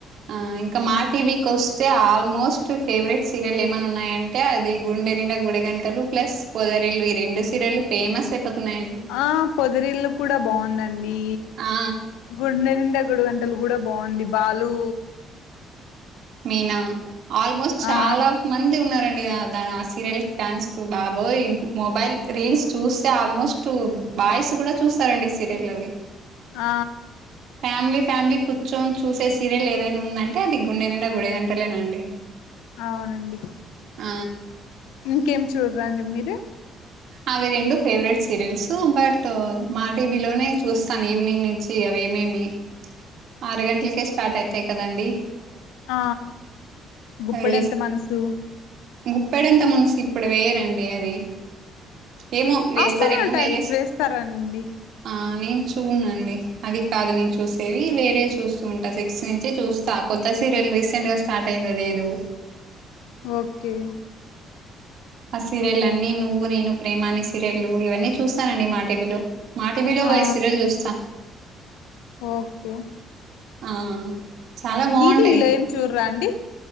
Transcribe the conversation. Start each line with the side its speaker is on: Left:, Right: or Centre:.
Right: ఆ ఇంకా మా టీవీకి వస్తే ఆల్మోస్ట్ ఫేవరెట్ సీరియల్ ఏమన్నా ఉన్నాయం టే అది గుండె నిండా గుడి గంటలు ప్లస్ పొదరిల్లు ఈ రెండు సీరియలు ఫేమస్ అయిపోతున్నాయి అండి
Left: ఆ పొదరిల్లు కూడా బాగుందండి
Right: ఆ
Left: గుండె నిండా గుడి గం టలు కూడా బాగుంది బాలు
Right: మీనా ఆల్మోస్ట్ చాలా
Left: ఆ
Right: మంది ఉన్నారండి ఆ దాన ఆ సీరియల్‌కి ఫ్యాన్స్ బాబోయ్ మొబైల్ రీల్స్ చూస్తే ఆల్మో స్ట్ బాయ్స్ కూడా చూస్తారండి సీరియల్లు అవి
Left: ఆ
Right: ఫ్యామిలీ ఫ్యామిలీ కూర్చొని చూసే సీరియల్ ఏదైనా ఉందంటే అది గుండె నిండా గుడి గంటలేనండి
Left: అవునండి
Right: ఆ
Left: ఇంకేం చూడ్రాండి మీరు
Right: అవి రెండు ఫేవరెట్ సీరియల్స్ బట్ మా టీవీలోనే చూస్తాను ఈవినింగ్ నుం చి అవేమేమి ఆరు గంటలకే స్టార్ట్ అయితాయి కదండి
Left: ఆ గుప్పెడంత
Right: అది
Left: మనసు
Right: గుప్పెడంత మనసు ఇప్పుడు వేయరండి అది ఏమో వేస్తారేమో
Left: ఆఫ్టర్నూన్ టైమ్స్
Right: వేరే
Left: వేస్తారండి
Right: ఆ నేను చూడండీ అది కాదు నేను చూసేది వేరే చూస్తూ ఉంటా సిక్స్ నుంచి చూస్త స్త కొత్త సీరియల్ రీసెంట్ గా స్టార్ట్ అయింది అదేదో
Left: ఓకే
Right: ఆ సీరియల్లు అన్ని నువ్వు నేను ప్రేమా ఆని సీరియల్లు ఇవన్నీ చూస్తానండి మా టీవీ లో మా టీవీ లో
Left: ఆ
Right: ఈ సీరియల్ చూస్తా
Left: ఓకే
Right: ఆ చాలా బాగుంటాయి
Left: ఈటీవీలో ఏం చూడరా అండి